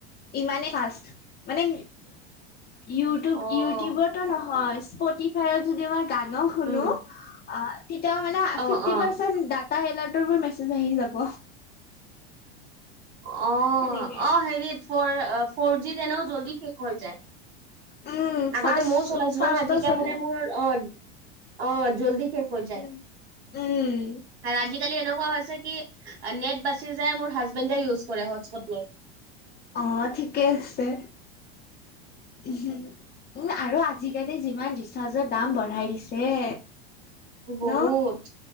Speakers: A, on the left; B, on the right.
A: ইমানেই ফাষ্ট। মানে ইউটিউব
B: অ',
A: ইউটিউবটো নহয় স্পটিফায়ত যদি মই গানো শুনো
B: উম,
A: আ তেতিয়াও মানে
B: অ',
A: ফিফটি
B: অ'।
A: পাৰ্চেন্ত ডাত ডাত তা এলাৰ্টটোত মোৰ মেছেজ আহি যাব।
B: অ, অ,
A: সেনেকে
B: হেৰি ফৰ ফৰ জি ত এনেও জল্দি শেষ হৈ যায়।
A: উম
B: আগতে
A: ফাষ্ট
B: মইও চলাইছিলো
A: ফাষ্টৰ
B: ন তেতিয়া
A: চলে
B: মানে মোৰ অ, অ, জল্দি শেষ হৈ যায়,
A: উম উম
B: আৰু আজিকালি এনেকুৱা হৈছে কি নেট বাচি যায় মোৰ হাজবেণ্ডে ইউজ কৰে হটস্পট লৈ।
A: অ, ঠিকে আছে, হুম। উম, আৰু আজিকালি যিমান ৰিচাৰ্জৰ দাম বঢ়াই দিছে।
B: বহুত।
A: ন